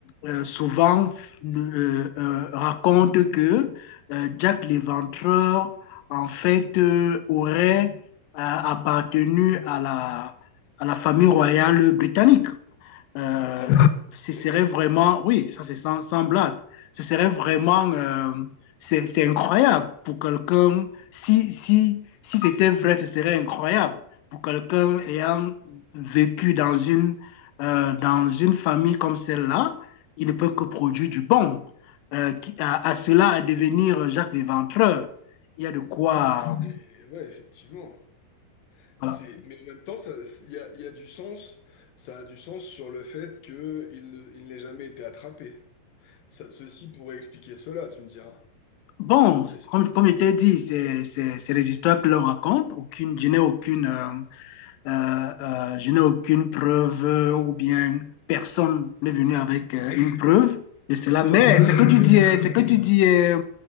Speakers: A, on the left (about 80°); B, on the left (about 70°).
A: euh, souvent euh, euh, raconte que euh, Jack l'Éventreur, en fait, euh, aurait euh, appartenu à la, à la famille royale britannique. Euh,
B: Ah bon? Ok.
A: ce serait vraiment, oui, ça c'est sans, sans blague, ce serait vraiment, euh, c'est c'est incroyable pour quelqu'un, si, si, si c'était vrai, ce serait incroyable pour quelqu'un ayant vécu dans une, euh, dans une famille comme celle-là, il ne peut que produire du bon. Euh, qui- à, à cela, à devenir Jacques Léventreur, il y a de quoi.
B: C'est, ouais, effectivement. C'est,
A: Voilà.
B: mais en même temps, ça- il y a, il y a du sens. Ça a du sens sur le fait que il ne- il n'ait jamais été attrapé. Ça- ceci pourrait expliquer cela, tu me diras.
A: Bon,
B: C'est sûr.
A: comme, comme je t'ai dit, c'est c'est- c'est les histoires que l'on raconte. Aucune, je n'ai aucune. euh, euh, euh, je n'ai aucune preuve euh, ou bien personne n'est venu avec euh, une preuve de cela.
B: Bien
A: Mais
B: sûr,
A: ce
B: mais c'est
A: que tu
B: une théorie
A: dis,
B: intéressante.
A: est- ce que tu dis est